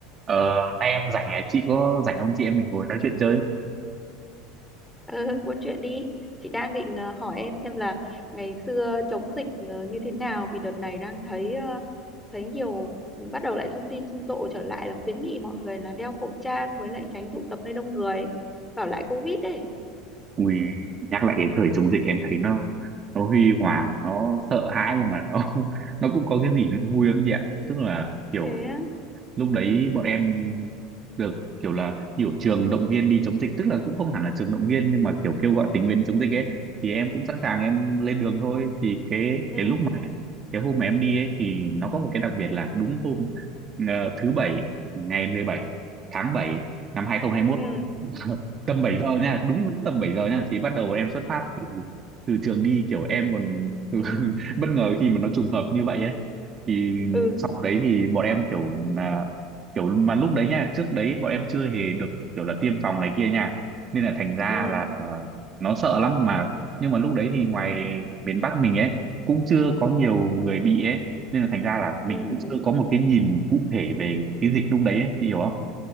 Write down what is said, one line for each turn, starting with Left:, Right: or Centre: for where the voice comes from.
Right: Ờ, nay em rảnh à? Chị có rảnh không chị em mình ngồi nói chuyện chơi?
Centre: Ừ, buôn chuyện đi. Chị đang định ờ, hỏi em xem là ngày xưa chống dịch ờ, như thế nào vì đợt này đang thấy ờ, thấy nhiều ừ, bắt đầu lại thông tin rầm rộ trở lại là khuyến nghị mọi người là đeo khẩu trang với lại tránh tụ tập nơi đông người bảo lại Covid đấy.
Right: Ui, nhắc lại cái thời chống dịch em thấy nó nó huy hoàng, nó sợ hãi nhưng mà nó <laughs> nó cũng có cái gì nó vui lắm chị ạ. Tức là kiểu
Centre: Thế á?
Right: lúc đấy bọn em được kiểu là nhiều trường động viên đi chống dịch tức là cũng không hẳn là trường động viên nhưng mà kiểu kêu gọi tình nguyện chống dịch ấy thì em cũng sẵn sàng em lên đường thôi thì cái
Centre: Ừ
Right: cái lúc mà cái hôm mà em đi ấy thì nó có một cái đặc biệt là đúng hôm ờ, thứ bảy ngày 17 tháng 7 năm 2021
Centre: ừ
Right: <laughs> tầm 7 giờ nha đúng, đúng tầm 7 giờ nha thì bắt đầu bọn em xuất phát từ từ trường đi kiểu em còn <laughs>
Centre: ừ
Right: bất ngờ khi mà nó trùng hợp như vậy ấy thì
Centre: ừ
Right: sau đấy thì bọn em kiểu là kiểu mà lúc đấy nha trước đấy bọn em chưa hề được kiểu là tiêm phòng này kia nha nên là thành ra
Centre: ừ
Right: là ờ, nó sợ lắm mà nhưng mà lúc đấy thì ngoài miền Bắc mình ấy cũng chưa có nhiều người bị ấy nên là thành ra là
Centre: ừ
Right: mình cũng chưa
Centre: đúng
Right: có
Centre: đúng
Right: một cái nhìn cụ thể về cái dịch lúc đấy ấy, chị hiểu không